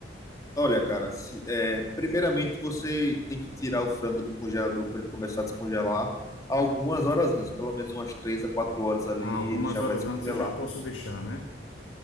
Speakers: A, on the left; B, on the left.
A: Olha, cara, se- é, primeiramente você tem que tirar o frango do congelador para ele começar a descongelar algumas horas antes, pelo menos umas três a quatro horas ali,
B: Ah, algumas
A: ele já
B: horas
A: vai descongelar.
B: antes eu já posso deixar, né?